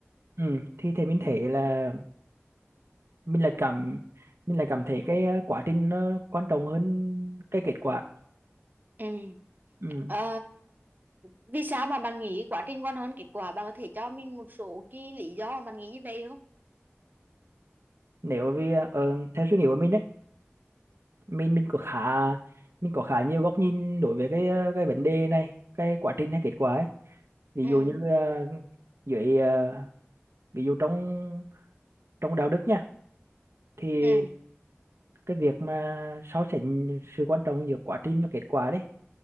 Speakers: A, on the right; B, on the right.
A: ừ, thì thì mình thấy là mình lại cảm mình lại cảm thấy cái ờ, quá trình nó quan trọng hơn cái kết quả
B: ừ
A: ừ.
B: Ờ, vì sao mà bạn nghĩ quá trình quan hơn kết quả bạn có thể cho mình một số cái lý do mà bạn nghĩ như vậy không
A: nếu vì ờ, ờ, theo suy nghĩ của mình đấy mình mình có khá mình có khá nhiều góc nhìn đối với cái ờ, cái vấn đề này cái quá trình hay kết quả ấy ví
B: ừ
A: dụ như ờ, dưới ờ, ví dụ trong trong đạo đức nha thì
B: ừ
A: cái việc mà so sánh sự quan trọng giữa quá trình và kết quả đấy